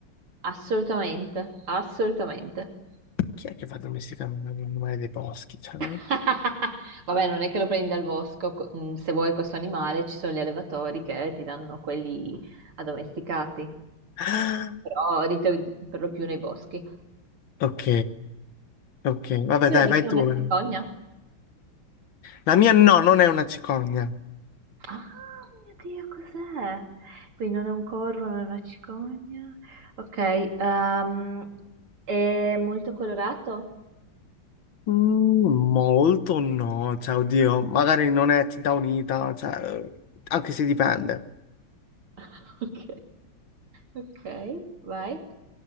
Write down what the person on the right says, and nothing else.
assolutamente, assolutamente.
<laughs> Vabbè, non è che lo prendi dal bosco, co- mm, se vuoi questo animale ci sono gli allevatori che ti danno quelli addomesticati.
però di te- per lo più nei boschi.
E tu
hai mica
una
cicogna?
Ah, mio Dio, cos'è? Quindi non è un corvo, non è una cicogna. Ok, ehm, è molto colorato?
<laughs> Ok, ok, vai.